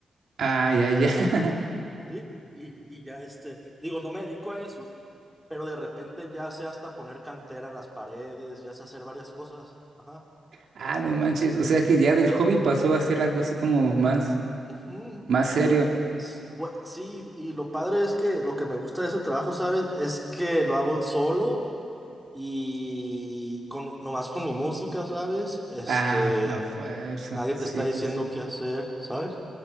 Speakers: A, on the right; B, in the centre.
A: ay, ay, ay.
B: Ajá.
A: <laughs>
B: Sí, y, y ya este, digo, no me dedico a eso, pero de repente ya sé hasta poner cantera en las paredes, ya sé hacer varias cosas. Ajá.
A: Ah, no manches. O sea que ya del hobby pasó a ser algo así como más,
B: Ujú,
A: más serio.
B: S- Pues, sí, y lo padre es que lo que me gusta de ese trabajo, ¿sabes? Es que lo hago solo y con, nomás con mi música, ¿sabes? Este,
A: Ah, a fuerza.
B: nadie
A: Sí,
B: te está
A: sí,
B: diciendo
A: sí.
B: qué hacer, ¿sabes?